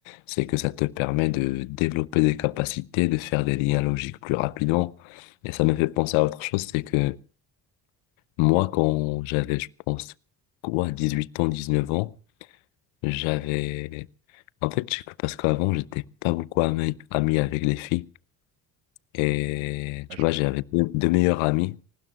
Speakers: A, on the left; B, on the right.
A: c'est que ça te permet de développer des capacités, de faire des liens logiques plus rapidement. Et ça me fait penser à autre chose, c'est que moi, quand j'avais, je pense, quoi, 18 ans, 19 ans, j'avais... En fait, c'est que parce qu'avant, j'étais pas beaucoup ami, ami avec les filles. Et
B: ah,
A: tu
B: je
A: vois,
B: vois.
A: j'avais deux, deux meilleurs amis